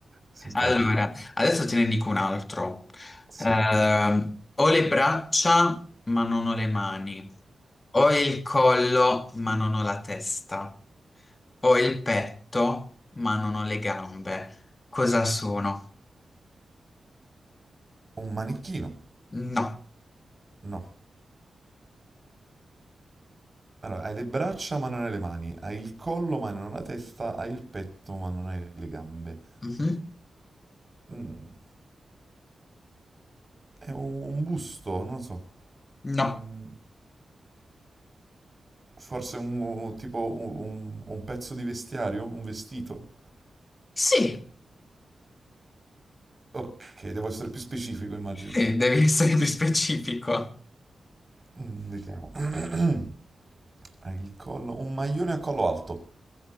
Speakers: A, on the right; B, on the left.
A: Simpatico.
B: Allora, adesso te ne dico un altro.
A: Sì.
B: Ehm, ho le braccia, ma non ho le mani. Ho il collo, ma non ho la testa. Ho il petto, ma non ho le gambe. Cosa sono?
A: Un manichino.
B: No.
A: No. Allora, hai le braccia ma non hai le mani, hai il collo ma non hai la testa, hai il petto ma non hai le gambe.
B: Mhm.
A: Mm, è un, un busto, non lo so.
B: No.
A: Un, Forse un, un- tipo un, un- un pezzo di vestiario? Un vestito?
B: Sì,
A: Ok, devo essere più specifico, immagino.
B: sì, devi essere più specifico.
A: Mm, vediamo. <clears throat> Ha il collo. Un maglione a collo alto.